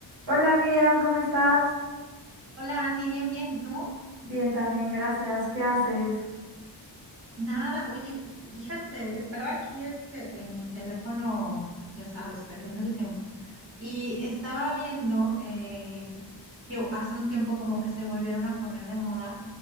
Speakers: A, on the right; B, on the right.
A: Hola Miriam, ¿cómo estás?
B: Hola Andy, bien, bien. ¿Y tú?
A: Bien, también, gracias. ¿Qué haces?
B: Nada, oye, fíjate, estaba aquí este, en mi teléfono, ya sabes, perdiendo el tiempo. Y estaba viendo, eh, que hace un tiempo como que se volvieron a poner de moda